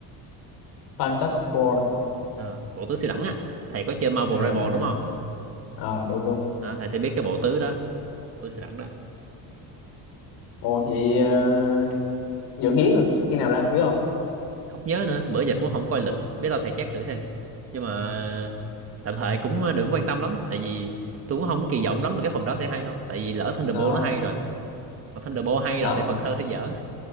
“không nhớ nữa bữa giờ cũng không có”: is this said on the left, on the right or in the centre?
Right